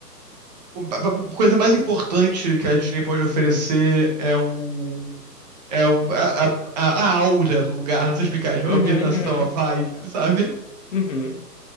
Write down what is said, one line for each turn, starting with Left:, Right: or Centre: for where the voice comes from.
Right: A coisa mais importante que a Disney pode oferecer é o. É o, a, a, a aura do lugar, não sei explicar, tipo, a
Left: Uhum,
Right: ambientação,
Left: uhum,
Right: a vibe, sabe?
Left: uhum.